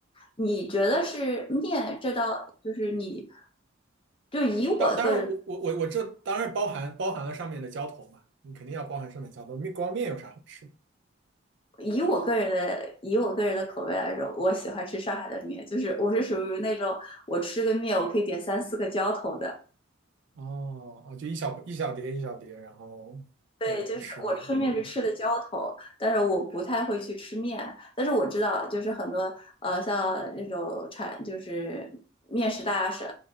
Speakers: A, on the left (about 25°); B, on the right (about 60°).
A: 你觉得是面这道就是你就以我个人。
B: 当当然我，我我我这当然包含包含了上面的浇头嘛，你肯定要包含上面浇头，面光面有啥好吃？
A: 以我个人的以我个人的口味来说，我喜欢吃上海的面，就是我是属于那种我吃个面我可以点三四个浇头的，
B: 哦哦，就一小一小碟一小碟，然后那种吃吗？
A: 对，就是我吃面是吃的浇头，
B: 嗯
A: 但是我不太会去吃面。但是我知道，就是很多呃，像那种产就是面食大省，